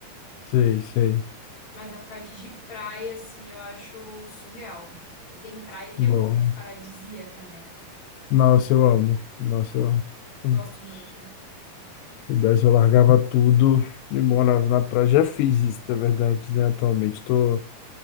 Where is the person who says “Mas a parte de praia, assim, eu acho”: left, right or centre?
Left